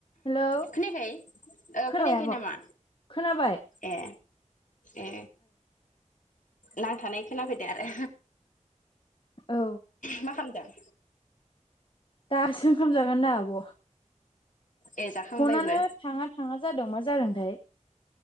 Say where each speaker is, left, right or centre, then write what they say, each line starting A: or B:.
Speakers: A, on the left (about 40°); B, on the left (about 75°).
A: Hello
B: खोनायाखै
A: खोनाबाय
B: खोनायाखै
A: आब'
B: नामा?
A: खोनाबाय
B: ए ए नांथानाय‌ खोनाफैदो आरो
A: औ
B: मा खालामदों?
A: दासो ओंखाम जागोन ना आब'
B: ए जाखांबायबो
A: फनानो थाङा थाङा जादों मा जादोंथाय